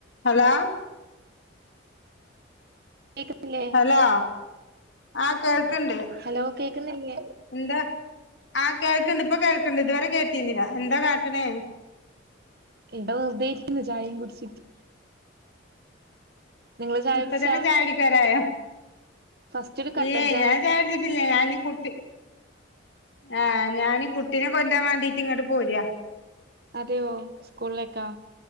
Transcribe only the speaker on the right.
കേക്കുന്നില്ലേ
hello കേക്കുന്നില്ലേ
ഈടെ വെറുതെയിരിക്കുന്നു ചായും കുടിച്ചിട്ട് നിങ്ങള് ചായ
കുടിച്ചാ
ഫസ്റ്റ് ഒരു കട്ടൻ
ചായ
അതെയോ സ്കൂളിലേക്കാ